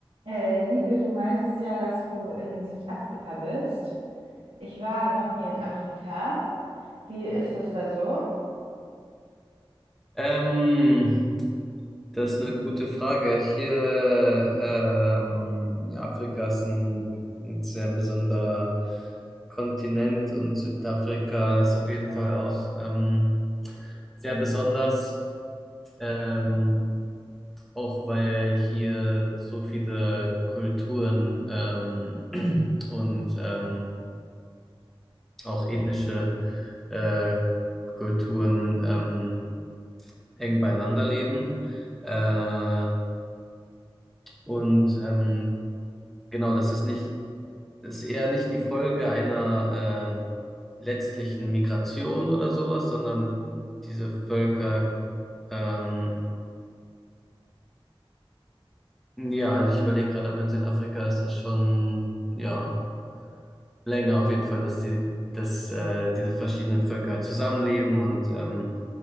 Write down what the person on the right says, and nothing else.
Äh, Livio, du meintest ja, dass du in Südafrika bist. Ich war noch nie in Afrika. Wie ist das da so?